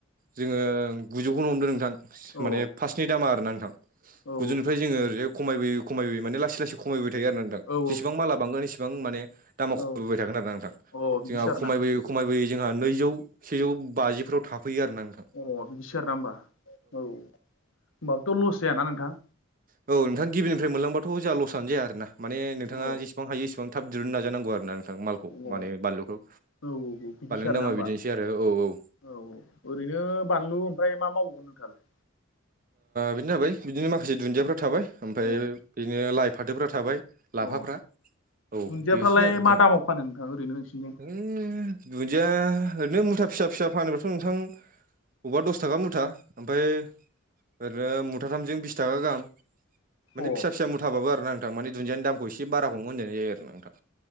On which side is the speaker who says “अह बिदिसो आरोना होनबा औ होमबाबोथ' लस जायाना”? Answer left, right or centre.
Left